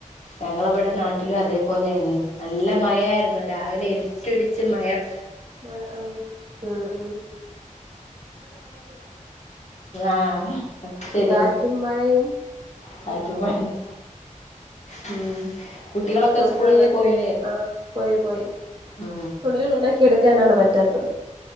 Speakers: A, on the left (about 55°); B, on the right (about 40°).
A: ഞങ്ങളവിടെ നാട്ടിലും അതേപോലെന്നെ നല്ല മഴയായിരുന്നു രാവിലെ ഇരുട്ടിടിച്ച് മയം
B: മ് മ് ഉ ഉ
A: ആഹ് ശരിയാ
B: കാറ്റും മഴയും
A: കാറ്റും മഴയും മം കുട്ടികളൊക്കെ
B: തുണികള്
A: സ്കൂളില്
B: നന
A: പോയിലെ
B: ആഹ് പോയി പോയി
A: ഉ
B: തുണികൾ ഉണക്കിയെടുക്കാനാണ് പറ്റാത്തത്